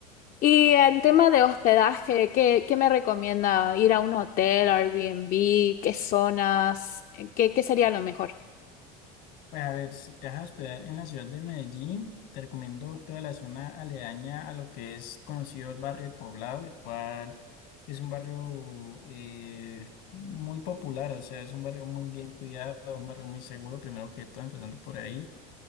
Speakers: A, on the left; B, on the left.
A: Y en tema de hospedaje, ¿qué, qué me recomienda? ¿Ir a un hotel, Airbnb? ¿Qué zonas? ¿Qué, qué sería lo mejor?
B: Pues a ver, si te vas a hospedar en la ciudad de Medellín, te recomiendo toda la zona aledaña a lo que es conocido el barrio El Poblado, el cual es un barrio eh, muy popular, o sea, es un barrio muy bien cuidado, un barrio muy seguro, primero que todo, empezando por ahí.